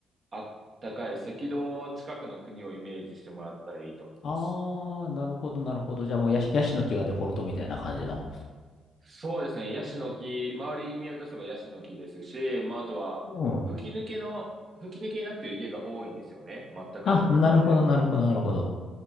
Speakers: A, on the right; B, on the left.
A: あったかい赤道近くの国をイメージしてもらったらいいと思います。
B: ああ、なるほど、なるほど。じゃあもうヤシ、ヤシの木がデフォルトみたいな感じの。
A: そうですね。ヤシの木、周り見渡せばヤシの木ですし、まあ、あとは、
B: うん。
A: 吹き抜けの、吹き抜けになっている家が多いんですよね。まあっかいところなので。
B: あ、なるほど、なるほど、なるほど。